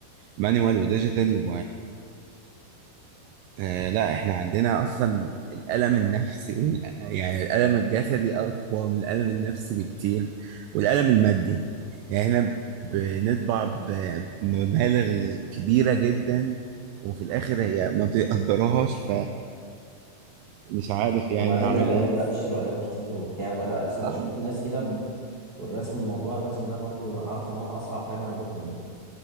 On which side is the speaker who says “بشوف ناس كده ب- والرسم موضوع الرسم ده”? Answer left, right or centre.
Right